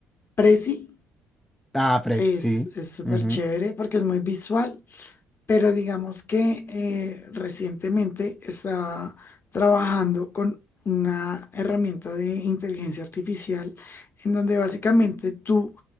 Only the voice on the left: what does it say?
Prezi.
Es,
es súper
chévere porque es muy visual pero digamos que eh, recientemente estaba trabajando con una herramienta de inteligencia artificial en donde básicamente tú